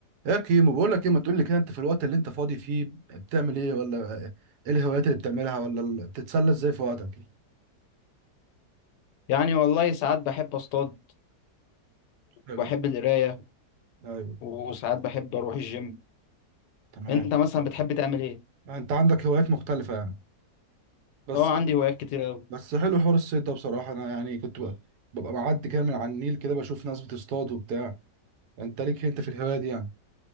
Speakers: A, on the right; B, on the left.
A: يا كيمو بقول لك ايه ما تقول لي كده انت في الوقت اللي انت فاضي فيه بتعمل ايه ولا ايه الهوايات اللي بتعملها ولا ال- بتتسلى ازاي في وقتك
B: يعني والله ساعات بحب اصطاد
A: حلو
B: وبحب القرايه
A: ايوه
B: وساعات بحب اروح الجيم
A: تمام
B: انت مثلا بتحب تعمل ايه
A: انت عندك هوايات مختلفة يعني بس
B: اه عندي هوايات كتير قوي
A: بس حلو حوار الصيد ده بصراحة انا يعني كنت ب- ببقى معدي كده من على النيل كده بشوف ناس بتصطاد وبتاع انت ليك انت في الهواية دي يعني